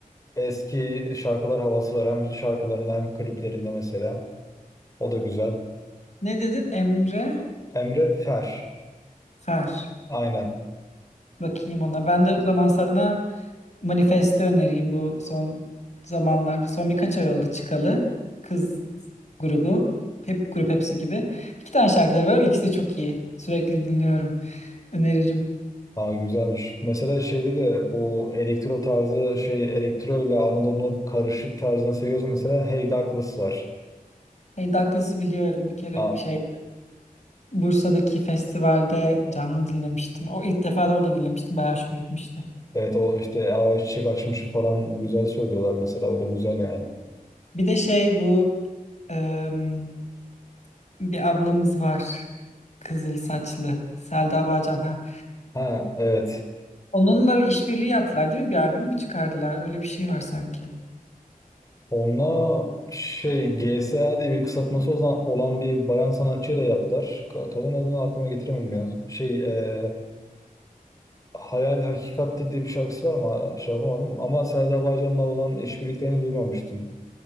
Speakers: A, on the left; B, on the left.
A: eski şarkılar havası var. Hem şarkılarında hem kliplerinde mesela. O da güzel.
B: Ne dedin? Emre
A: Emre Fer.
B: Fer.
A: Aynen.
B: Bakayım ona. Ben de o zaman sana manifesto önereyim bu son zamanlar. Bir son birkaç ay oldu çıkalı. Kız grubu. Hep grup hepsi gibi. İki tane şarkıları var ama ikisi de çok iyi. Sürekli dinliyorum. Öneririm.
A: Ha, güzelmiş. Mesela şeyde de bu elektro tarzı şey elektro ile Anadolu'nun karışık tarzını seviyorsa mesela Hey Douglas var.
B: Hey Douglas'ı biliyorum. Bir kere
A: Ha,
B: şey Bursa'daki festivalde canlı dinlemiştim. O ilk defa da orada dinlemiştim. Bayağı hoşuma gitmişti.
A: evet o işte Ay Çiçek Açmış'ı falan güzel söylüyorlar mesela. O da güzel yani.
B: Bir de şey bu em, bir ablamız var. Kızıl saçlı. Selda Bağcan ha.
A: Ha evet.
B: Onunla bir işbirliği yaptılar değil mi? Bir albüm mü çıkardılar? Öyle bir şey var sanki.
A: Onunla şey GSA diye bir kısaltması olan, olan bir bayan sanatçıyla yaptılar. Ka- Kadın adını aklıma getiremedim ya. Şey e, Hayal Hakikatte diye bir şarkısı var ama şey yapamadım. Ama Selda Bağcan'la olan işbirliklerini duymamıştım.